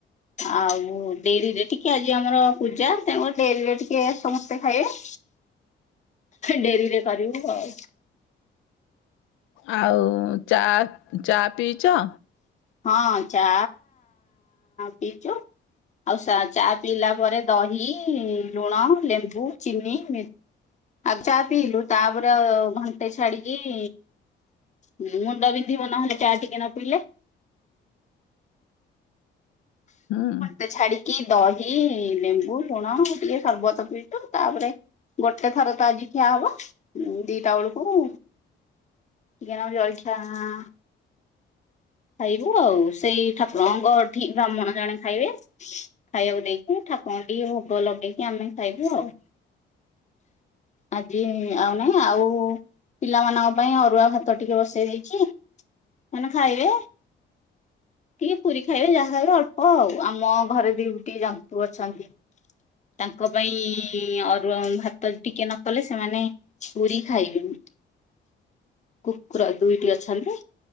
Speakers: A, on the left; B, on the left.
A: ଆଉ ଡେରିରେ ଟିକେ ଆଜି ଆମର ପୂଜା ତେଣୁକରି ଡେରିରେ ଟିକେ ସମସ୍ତେ ଖାଇବେ ଡେରିରେ କରିବୁ ଆଉ।
B: ଆଉ ଚା, ଚା ପିଇଚ?
A: ହଁ ଚା ପିଇଛୁ। ଆଉ ସା ଚା ପିଇଲା ପରେ ଦହି, ଲୁଣ, ଲେମ୍ବୁ, ଚିନି ମି ଆଉ ଚା ପିଇଲୁ ତାପରେ ଘଣ୍ଟେ ଛାଡିକି ହୁଁ ମୁଣ୍ଡ ବିନ୍ଧିବ ନହେଲେ ଚା ଟିକେ ନ ପିଇଲେ
B: ହୁଁ।
A: କେ ଛାଡିକି ଦହି ଲେମ୍ବୁ ଲୁଣ ଟିକେ ସର୍ବତ ପିଇତୁ, ତାପରେ- ଗୋଟେ ଥର ତ ଆଜି ଖିଆହବ ଦିଟା ବେଳକୁ ଟିକିଏ ନାକୁ ଜଳିଖିଆ ଆଁ ଖାଇବୁ ଆଉ, ସେଇ ଠାକୁରଙ୍କ ଠି ବ୍ରାହ୍ମଣ ଜଣେ ଖାଇବେ ଖାଇଆକୁ ଦେଇକି ଠାକୁରଙ୍କୁ ଟିକେ ଭୋଗ ଲଗେଇକି ଆମେ ଖାଇବୁ ଆଉ। ଆଜି ଆଉ ନାଇଁ। ଆଉ ପିଲାମାନଙ୍କ ପାଇଁ ଅରୁଆ ଭାତ ଟିକେ ବସେଇ ଦେଇଛି, ସେମାନେ ଖାଇବେ ଟିକେ ପୁରୀ ଖାଇବେ ଯାହା ବି ଅଳ୍ପ ଆଉ ଆମ ଘରେ ଦିଉ ଟି ଜନ୍ତୁ ଅଛନ୍ତି। ତାଙ୍କ ପାଇଁ ଅରୁଆ ଭାତ ଟିକେ ନ କଲେ, ସେମାନେ- ପୁରୀ ଖାଇବେନି କୁକୁର ଦୁଇଟି ଅଛନ୍ତି।